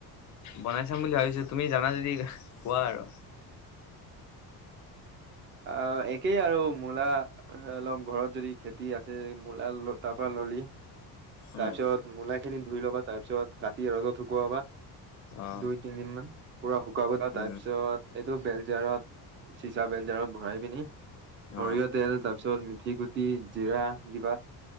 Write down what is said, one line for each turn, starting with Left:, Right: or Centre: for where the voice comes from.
Left: বনাই চাম বুলি ভাবিছো। তুমি জানা যদি কোৱা আৰু।
Right: অ' একেই আৰু মূলা লম ঘৰত যদি খেতি আছে মূলা তাৰ পৰা ললি তাৰ
Left: উম
Right: পিছত মূলা খিনি ধুই লবা তাৰপিছত কাটি ৰদত শুকুৱাবা।
Left: অ
Right: দুই-তিনদিন মান পুৰা শুকাব
Left: উম
Right: তাৰ পিছত এইটো বেলজাৰত চিচা বেলজাৰত ভৰাই পিনি সৰিয়হ
Left: অ
Right: তেল তাৰ পিছত পুঠি গুটি, জিৰা দিবা,